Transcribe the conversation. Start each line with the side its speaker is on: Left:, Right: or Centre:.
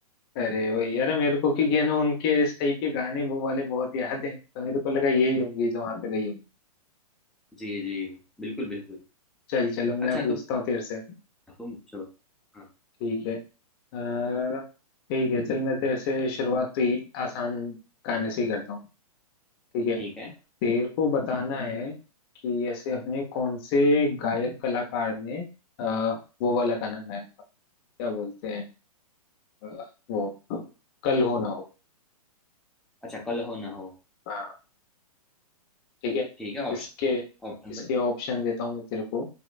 Left: अरे वो यार मेरे को क्योंकि है ना उनके इस टाइप के गाने वो वाले बहुत याद हैं तो मेरे को लगा यही होंगी जो वहां पे गई होंगी
Centre: जी जी बिल्कुल बिल्कुल
Left: चल चल अब
Centre: अच्छा
Left: मैं पूछता
Centre: तुम
Left: हूँ तेरे से
Centre: तुम पूछो हाँ
Left: ठीक है अ, ठीक है चल मैं तेरे से शुरुआत तो ही आसान गाने से ही करता हूँ ठीक है
Centre: ठीक है
Left: तेरे को बताना है कि ऐसे अपने कौन से गायक कलाकार ने आ, वो वाला गाना गाया था क्या बोलते हैं अ, वो कल हो ना हो
Centre: अच्छा कल हो ना हो
Left: हाँ ठीक है
Centre: ठीक है ऑप्शन
Left: इसके
Centre: दो ऑप्शन
Left: इसके
Centre: दो
Left: ऑप्शन देता हूँ मैं तेरे को